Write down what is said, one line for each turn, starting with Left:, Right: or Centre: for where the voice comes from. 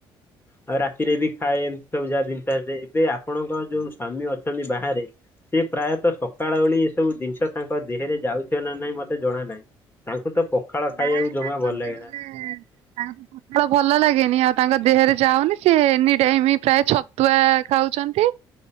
Left: ଆଉ ରାତିରେ ବି ଖାଏ ଏମିତି ସବୁ ଯାହା ଜିନିଷ ଆସେ ଏବେ ଆପଣଙ୍କ ଯୋଉ ସ୍ଵାମୀ ଅଛନ୍ତି ବାହାରେ। ସେ ପ୍ରାୟତଃ ସକାଳ ଓଳି ଏସବୁ ଜିନିଷ ତାଙ୍କ ଦେହରେ ଯାଉଥିବ ନା ନାଇଁ ମତେ ଜଣା ନାହିଁ ତାଙ୍କୁ ତ ପଖାଳ ଖାଇବାକୁ
Right: ନାଇଁ
Left: ଜମା
Right: ତାଙ୍କ
Left: ଭଲ ଲାଗେନା
Right: ଦେହରେ ତାଙ୍କ କୁଟିଳ ଭଲ ଲାଗେନି ଆଉ ତାଙ୍କ ଦେହରେ ଯାଉନି ସେ ଏନି ଟାଇମ୍ ପ୍ରାୟ ଛତୁଆ ଖାଉଛନ୍ତି।